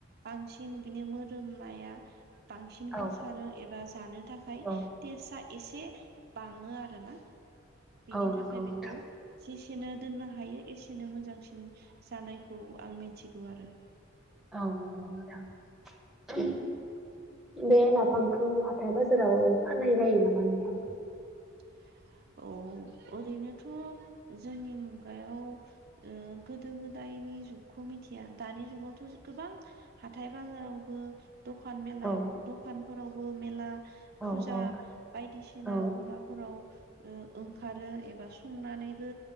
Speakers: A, on the right (about 50°); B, in the centre.
A: बांसिन बिनि मोदोमनाया बांसिन
B: औ
A: गोसारो एबा जानो थाखाय
B: औ
A: टेस्टआ एसे बाङो आ रोना बेनि
B: औ
A: थाखाय
B: नंगौ
A: बेखौ
B: नोंथां
A: जेसेनो दोननो हायो एसेनो मोजांसिन जानायखौ आं मिथिगौ आरो।
B: औ <unintelligible> बे नाफामखौ हाथाय बाजाराव फाननाय जायो नामा नोंथां?
A: <unintelligible> औ ओरैनोथ' जोंनि मुगायाव ओ गोदो गोदाय नि जुगखौ मिथिया दानि जुगावथ' गोबां हाथाय बाजारावबो दखान मेलायाव
B: औ
A: दखानफोरावबो मेला
B: औ
A: फुजा
B: औ
A: बायदिसिना
B: औ
A: गलाब आव ओ ओंखारो एबा संनानैबो